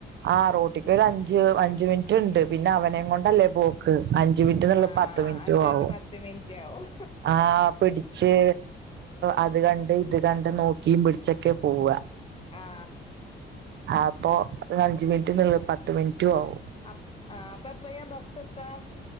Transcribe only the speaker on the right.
ആ റോഡിക്ക് ഒരു അഞ്ച് അഞ്ച് മിനിറ്റുണ്ട് പിന്നെ അവനെയും കൊണ്ടല്ലേ പോക്ക് അഞ്ച് മിനിറ്റെന്നുള്ളത്
പത്ത് മിനിറ്റും
ആവും
ആ പിടിച്ച് അത് കണ്ട് ഇത് കണ്ടും നോക്കീം പിടിച്ചുമൊക്കെയാ പോവുക
അപ്പൊ അഞ്ച് മിനിറ്റെന്ന് ഉള്ളത് പത്തു മിനിറ്റും ആവും